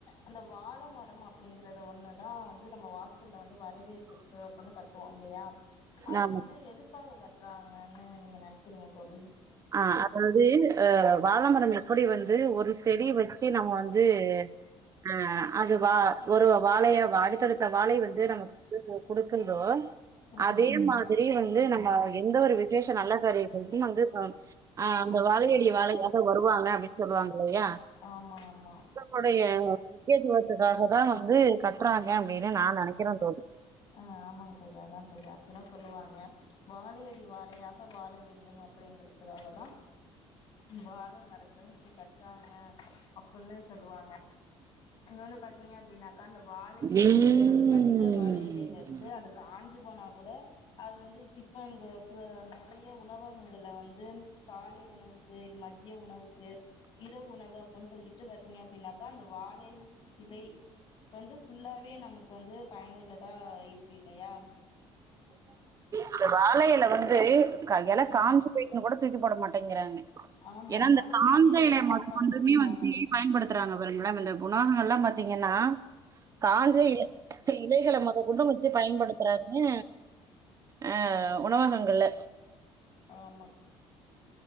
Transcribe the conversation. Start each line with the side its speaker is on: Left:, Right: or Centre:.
Left: அந்த வாழ மரம் அப்படிங்கறது ஒண்ணுதா வந்து நம்ம வாச வந்து வரவேற்புக்கு அப்டுன்னு கட்டுவோ இல்லையா அத
Right: நாம
Left: வந்து எதுக்கு உக்காது கட்டுறாங்கன்னு நீங்க நினைக்கிறீங்க தோழி
Right: ஆஹ் அதாவது அஹ் வாழைமரம் எப்படி வந்து ஒரு செடி வச்சு நம்ம வந்து ஆ அது வா ஒரு வாழய வா அடுத்தடுத்த வாழை வந்து நம்ம குடுக்கரதா
Left: ம்
Right: அதே மாரி வந்து நம்ம எந்த ஒரு விசேஷ நல்ல காரியங்களுக்கு வந்து ஆஹ் அந்த வாழயடி வாலயாகதா வருவாங்க அப்படின்னு சொல்லுவாங்க இல்லையா
Left: ஆமா ஆமா
Right: ளுடைய முக்கியத்துவத்துக்காக தா வந்து கட்டுறாங்க அப்படின்னு நான் நினைக்கிறே தோழி
Left: ஆ ஆமாங்க தோழி அதா தோழி அப்டிதா சொல்லுவாங்க வாழையடி வாழையாக வாழ வேண்டும் அப்டிங்கறதுக்காக தா வாழ மரத்த வந்து கட்டுறாங்க அப்புனு சொல்லுவாங்க இன்னொன்னு பாத்தீங்க அப்டின்னாக்கா அந்த வாழ இலை
Right: இந்த
Left: அந்த பச்ச வாழ இலேல இருந்து அது காஞ்சி போனா கூட அது வந்து டிஃபன் கேப்ல நெறைய உணவகங்கள்ல வந்து காலை உணவுக்கு மத்திய உணவுக்கு இரவு உணவப் பொல் சொல்லிட்டு பாத்தீங்க அப்டின்னாக்கா அந்த வாழையு இலை வந்து ஃபுல்லாவே நமக் கு வந்து பயனுள்ளதா இருக்கு இல்லயா
Right: இந்த வாழல இல வந்து கையால
Left: ம்
Right: காஞ்சி பே பின்னு கூட தூக்கி போட மாட்டேங்கிறாங்க
Left: ஆமா
Right: ஏனா அந்த
Left: அத
Right: காஞ்ச
Left: வச்சு ஒரு
Right: எல
Left: சாப்பாடு
Right: மட்
Left: கட்டிறாங்க
Right: டுமிய வச்சி பயன்படுத்துறாங்க பாருங்கள இந்தகுணாகங் ல்லா பாத்தீங்கன்னா காஞ்ச இலை இலைகள மொத கொண்டு வச்சி பயன்படுத்துறாங்க அ உணவகங்கள்ல
Left: ஆமா